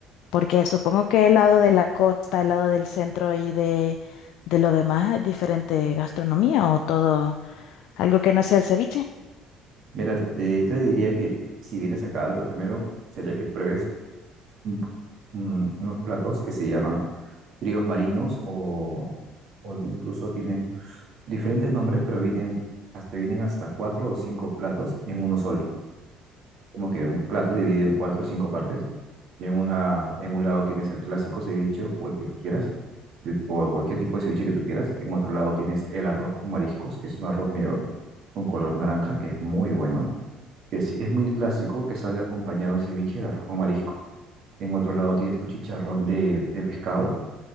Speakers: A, on the left; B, on the right.
A: Porque supongo que el lado de la costa, el lado del centro y de, de lo demás es diferente gastronomía o todo, algo que no sea el ceviche.
B: Mira, eh, te diría que si vienes acá, lo primero sería que pruebes mm, mm, unos platos que se llaman tríos marinos o, o incluso tienen diferentes nombres, pero vienen hasta, vienen hasta cuatro o cinco platos en uno solo. Como que un plato dividido en cuatro o cinco partes. Y en, una, en un lado tienes el clásico ceviche o el que tú quieras, el- o cualquier tipo de ceviche que tú quieras. En otro lado tienes el arroz con mariscos, que es un arroz medio con color naranja, que es muy bueno. Es, es muy clásico que salga acompañado el ceviche, el arroz con mariscos. En otro lado tienes tu chicharrón de, de pescado,